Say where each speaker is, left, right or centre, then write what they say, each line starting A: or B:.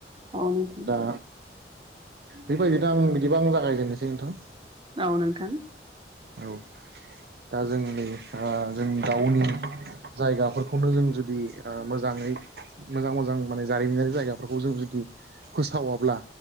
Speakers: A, on the right; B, on the right.
A: औ नोंथां
B: दा बेबायदिनो आं बिदिबा आं जागायजेननोसै नोंथां।
A: औ नोंथां
B: औ दा जों नै ओ जों गावनि जायगाफोरखौनो जों जुदि मोजाङै मोजां मोजां माने जारिमिनारि जायगाफोरखौ जों जुदि फोसावाब्ला